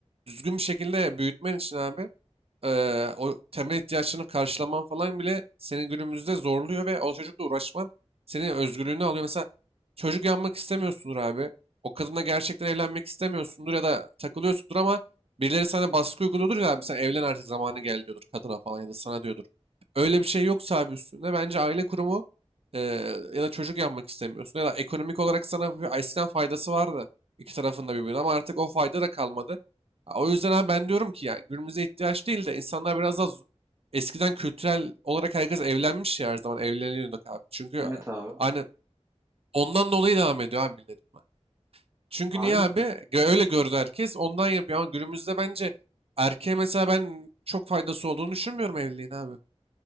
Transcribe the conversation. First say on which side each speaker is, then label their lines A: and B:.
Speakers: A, on the right; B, on the right.
A: düzgün bir şekilde büyütmen için abi eee, o temel ihtiyaçlarını karşılaman falan bile seni günümüzde zorluyor ve o çocukla uğraşman senin özgürlüğünü alıyor. Mesela çocuk yapmak istemiyorsundur abi. O kadınla gerçekten evlenmek istemiyorsundur ya da takılıyorsundur ama birileri sana baskı uyguluyordur ya abi sen evlen artık zamanı geldi diyordur kadına falan ya da sana diyordur. Öyle bir şey yoksa abi üstünde bence aile kurumu eee, ya da çocuk yapmak istemiyorsun ya da ekonomik olarak sana bir eskiden faydası vardı iki tarafında birbirine ama artık o fayda da kalmadı. O yüzden abi ben diyorum ki yani günümüze ihtiyaç değil de insanlar biraz daha eskiden kültürel olarak herkes evlenmiş ya her zaman evleniyorduk abi. Çünkü
B: Evet abi.
A: hani ondan dolayı devam ediyor abi millet buna. Çünkü
B: Abi
A: niye abi?
B: de-
A: Gö- Öyle gördü herkes ondan yapıyor ama günümüzde bence erkeğe mesela ben çok faydası olduğunu düşünmüyorum evliliğin abi.